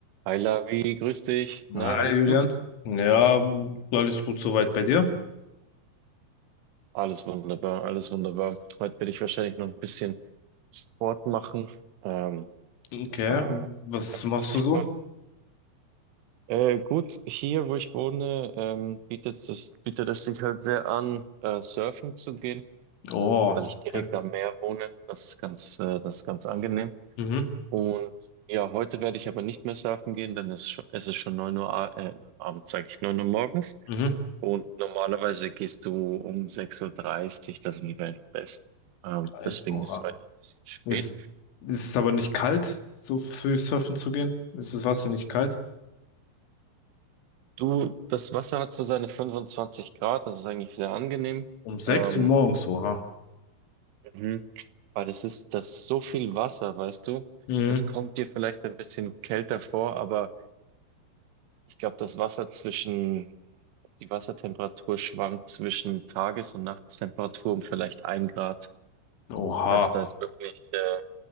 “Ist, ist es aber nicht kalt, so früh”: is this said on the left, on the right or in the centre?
Left